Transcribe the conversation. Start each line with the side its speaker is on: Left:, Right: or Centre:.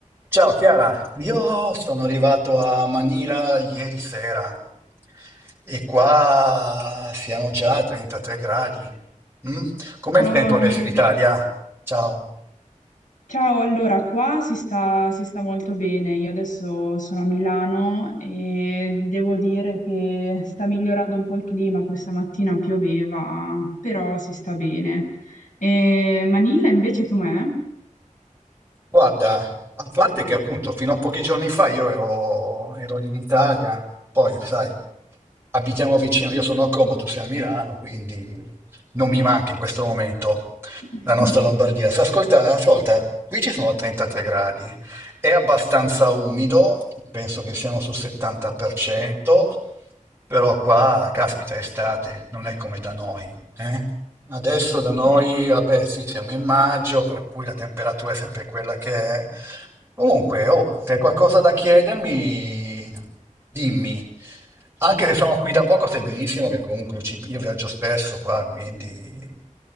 Right: Ciao Chiara, io sono arrivato a Manila ieri sera e qua siamo già a 33 gradi. Mm? Com'è
Left: Ciao
Right: il tempo
Left: Angelo.
Right: adesso in Italia? Ciao.
Left: Ciao, allora qua si sta, si sta molto bene. Io adesso sono a Milano e devo dire che sta migliorando un po' il clima. Questa mattina pioveva, però si sta bene. E Manila invece com'è?
Right: Guarda, a parte che appunto fino a pochi giorni fa io ero, ero lì in Italia, poi sai, abitiamo vicino, io sono a Como, tu sei a Milano, quindi non mi manca in questo momento.
Left: <laughs>
Right: la nostra Lombardia. Se ascolta, ascolta, qui ci sono 33 gradi, è abbastanza umido, penso che siamo sul 70%, però qua, caspita, è estate, non è come da noi. eh. Adesso da noi,
Left: Eh,
Right: vabbè, sì, siamo in maggio, per cui la temperatura è sempre quella che è, Comunque, oh, se hai qualcosa da chiedermi, dimmi. Anche se sono qui da poco, sai benissimo che comunque io, ci- io viaggio spesso qua, quindi...